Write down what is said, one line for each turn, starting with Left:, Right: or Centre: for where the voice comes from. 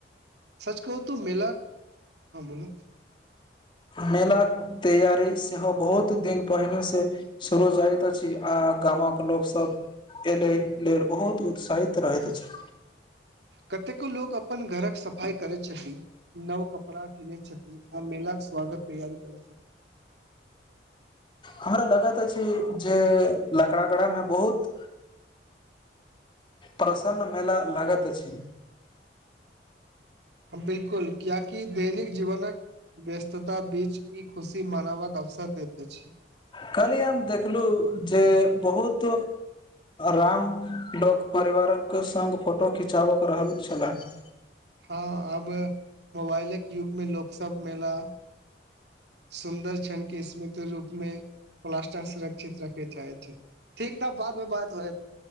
Right: सच कहू तू मेला हँ बोलू
Left: मेलाक तैयारी सेहो बहुत दिन पहिने से सुरू जाइत अछि आ गामक लोक सभ अहि लेल बहुत उत्साहित रहैत अछि
Right: कतेको लोक अपन घरक सफाइ करैत छथिन नव क कपड़ा कीनैत छथि आ मेेलाक स्वागत तैयारी करै
Left: हमरा लागत अछि जे लकड़ा गारामे बहुत प्रसन्न मेला लागैत अछि
Right: बिल्कुल कियाकि दैनिक जीवनक व्यस्तता बीच ई खुशी मनावक अवसर देैत अछि
Left: कल्हिये हम देखलहुँ जे बहुत राम लोक परिवारक सङ्ग फोटो खिचाबक रहलख छलाह
Right: हँ आब मोबाइलक युगमे लोक सब मेला सुन्दर क्षणके स्मित रूपमे प्लास्टर सुरक्षित रखय चाहै छथि ठीक त बादमे बात होयत